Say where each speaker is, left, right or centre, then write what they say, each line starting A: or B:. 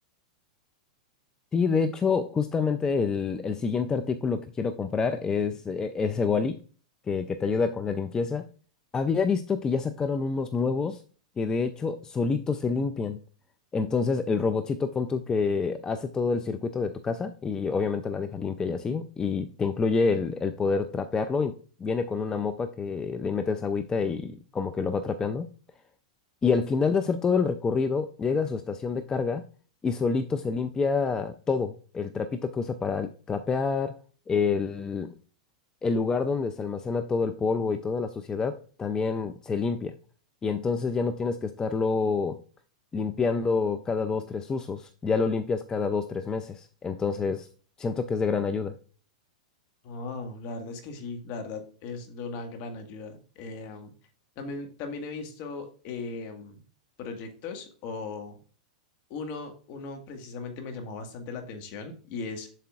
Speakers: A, on the left; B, on the left.
A: Sí, de hecho, justamente el, el siguiente artículo que quiero comprar es eh, ese Wally, que, que te ayuda con la limpieza. Había visto que ya sacaron unos nuevos que de hecho solitos se limpian. Entonces, el robotcito punto que hace todo el circuito de tu casa y obviamente la deja limpia y así, y te incluye el, el poder trapearlo y viene con una mopa que le metes agüita y como que lo va trapeando y al final de hacer todo el recorrido, llega a su estación de carga y solito se limpia todo, el trapito que usa para trapear, el, el lugar donde se almacena todo el polvo y toda la suciedad, también se limpia. Y entonces ya no tienes que estarlo limpiando cada dos, tres usos, ya lo limpias cada dos, tres meses. Entonces, siento que es de gran ayuda.
B: Oh, la verdad es que sí, la verdad es de una gran ayuda. Em, también, también he visto em, proyectos o uno, uno precisamente me llamó bastante la atención y es,